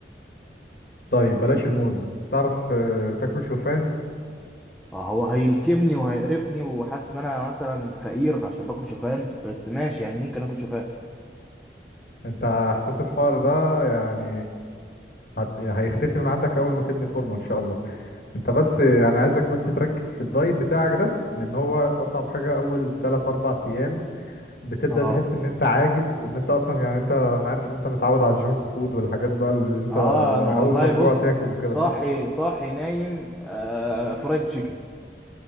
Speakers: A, on the left; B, in the centre.
A: طيب بلاش الموز تعرف آه، تاكل شوفان
B: آه، هو هيلكمني وهيقرفني وحاسس إن أنا مثلا فقير عشان باكل شوفان بس ماشي يعني ممكن آكل شوفان
A: انت احساس الفقر ده يعني هت... هيختفي من عندك اول ما تبني فورمة ان شاء الله انت بس يعني عايزك بس تركز في الدايت بتاعك ده لان هو اصعب حاجة اول 3 4 ايام بتبدأ
B: آه
A: تحس ان انت عاجز وان انت اصلا يعني انت انا عارف ان انت متعود على الجنك فود والحاجات بقى اللي انت
B: آه أنا والله
A: اول ما تجوع
B: بص
A: تاكل وكده
B: صاحي
A: صح
B: صاحي نايم آه فرايد تشيكن